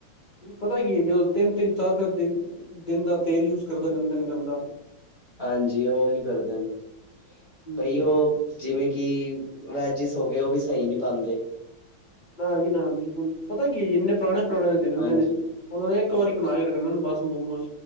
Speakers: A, on the left (about 75°); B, on the right (about 30°).
A: ਪਤਾ ਕੀ ਏ ਜਦੋਂ ਤਿੰਨ-ਤਿੰਨ ਚਾਰ-ਚਾਰ ਦੀ ਦਿਨ ਦਾ ਤੇਲ ਯੂਜ ਕਰਦੇ ਰੈਂਦੇ ਨੇ ਗੰਦਾ।
B: ਹਾਂਜੀ ਓਹੀ ਕਰਦੇ ਨ
A: ਹੂੰ
B: ਬਈ ਓ ਜਿਵੇਂ ਕੀ ਵੈਜਿਸ ਹੋਗੇ ਓ ਵੀ ਸਈ ਨੀ ਪਾਂਦੇ।
A: ਨਾ ਜੀ ਨਾ ਬਿਲਕੁੱਲ ਪਤਾ ਕੀ ਜੇ ਇੰਨੇ ਪੁਰਾਣੇ-ਪੁਰਾਣੇ ਦੇ ਦੇਂਦੇ
B: ਹਾਂਜੀ
A: ਨੇ। ਉਨਾਂ ਨੇ ਇੱਕ ਵਾਰੀ ਬਣਾ ਕੇ ਰੱਖਣੇ ਨੇ ਬਸ ਮੋਮੋਸ